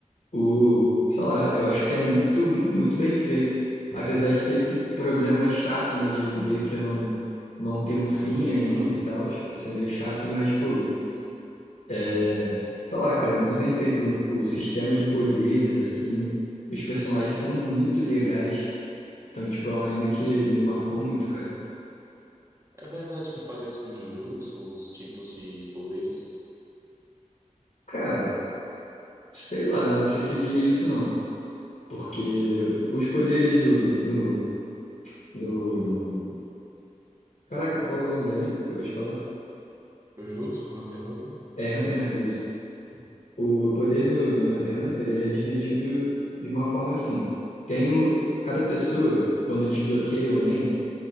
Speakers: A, on the left; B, on the right.
A: o... Sei lá, eu acho que é muito, muito bem feito. Apesar de ter esse problema chato, né, de meio que não, não ter um fim
B: nossa,
A: ainda e tal. Isso é meio chato, mas, pô,
B: sim, sim.
A: é... Sei lá, cara, muito bem feito o, o sistema de poderes, assim. Os personagens são muito legais. Então, tipo, é um anime que me marcou muito, cara.
B: É verdade que parece com Jujutsu, os tipos de poderes.
A: Cara... Sei lá, não sei se eu diria isso não. Porque os poderes no, no, no... Caraca, qual é o nome do anime que eu acabei de falar?
B: Jujutsu, Hunter x Hunter?
A: É Hunter x Hunter, isso. O poder no, no Hunter x Hunter, ele é dividido de uma forma assim. Tem o... Cada pessoa, quando desbloqueia o Nen,